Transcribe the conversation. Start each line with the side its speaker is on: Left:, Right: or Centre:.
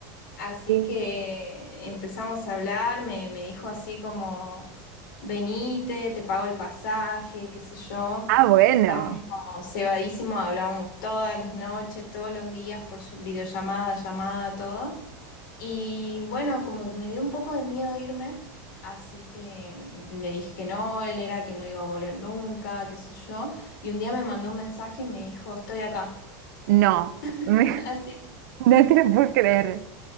Left: Así
Right: Sí.
Left: que empezamos a hablar, me, me dijo así como, venite, te pago el pasaje, qué sé yo.
Right: Ah, bueno,
Left: Estábamos como cebadísimos, hablábamos todas las noches, todos los días por ll- videollamada, llamada, todo. Y bueno, como que me dio un poco de miedo irme, así que le dije que no, él era que no iba a volver nunca, qué sé yo. Y un día me mandó un mensaje y me dijo, estoy acá.
Right: no, <laughs>
Left: <laughs>
Right: no
Left: Así
Right: te lo puedo creer.